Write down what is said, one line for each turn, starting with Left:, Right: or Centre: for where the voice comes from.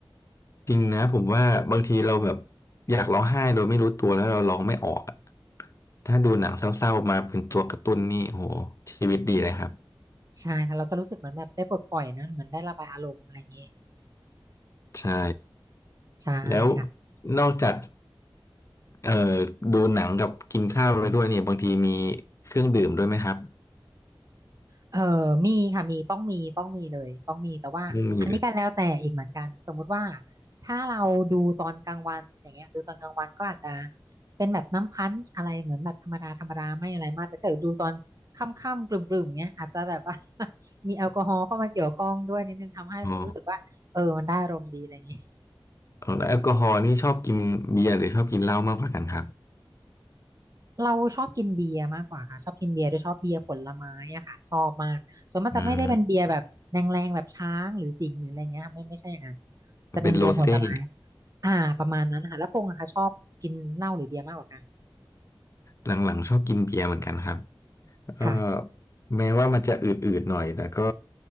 Left: จริงนะผมว่าบางทีเราแบบอยากร้องไห้โดยไม่รู้ตัวแล้วเราร้องไม่ออกอะถ้าดูหนังเศร้าๆมาเป็นตัวกระตุ้นนี่โหชีวิตดีเลยครับ
Right: ใช่ค่ะเราจะรู้สึกเหมือนแบบได้ปลดปล่อยนะเหมือนได้ระบายอารมณ์อะไรอย่างเงี้ย
Left: ใช่
Right: ใช่ค่ะ
Left: แล้วนอกจากเอ่อดูหนังกับกินข้าวไปด้วยเนี่ยบางทีมีเครื่องดื่มด้วยไหมครับ
Right: เออมีค่ะมีต้องมีต้องมีเลยต้องมีแต่ว่าอันนี้ก็แล้วแต่อีกเหมือนกันสมมุติว่า
Left: ไม่มีเลย
Right: ถ้าเราดูตอนกลางวันอย่างเงี้ยดูตอนกลางวันก็อาจจะเป็นแบบน้ำพันช์อะไรเหมือนแบบธรรมดาธรรมดาไม่อะไรมากแต่ถ้าเกิดดูตอนค่ำๆกลุ่มๆเงี้ยอาจจะแบบว่า <laughs> มีแอลกอฮอล์เข้ามาเกี่ยวข้องด้วยนิดนึงทำให้รู้สึกว่าเออมันได้อารมณ์ดีอะไรอย่างงี้
Left: อ๋อ อ๋อแล้วแอลกอฮอล์นี่ชอบกินเบียร์หรือชอบกินเหล้ามากกว่ากันครับ
Right: เราชอบกินเบียร์มากกว่าค่ะชอบกินเบียร์โดยชอบเบียร์ผลไม้อะค่ะชอบมากส่วนมากจะไม่ได้เป็นเบียร์แบบแรงๆแบบช้างหรือสิงห์หรืออะไรเงี้ยค่ะไม่ไม่ใช่อย่างนั้น
Left: อืม
Right: จะเป็นเบียร์ผลไม้
Left: เป็นโรเซ่
Right: อ่าประมาณนั้นค่ะแล้วพงษ์อะค่ะชอบกินเหล้าหรือเบียร์มากกว่ากัน
Left: หลังๆชอบกินเบียร์เหมือนกันครับเอ่อ
Right: ค่ะ
Left: แม้ว่ามันจะอืดๆหน่อยแต่ก็